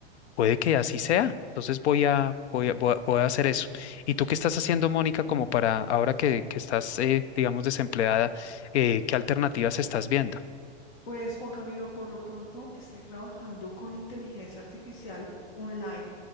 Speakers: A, on the left; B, on the left.
A: puede que así sea. Entonces voy a, voy a, voy a voy a hacer eso. ¿Y tú qué estás haciendo, Mónica, como para ahora que, que estás, eh, digamos, desempleada, eh, qué alternativas estás viendo?
B: Pues Juan Camilo, por lo pronto estoy trabajando con inteligencia artificial online.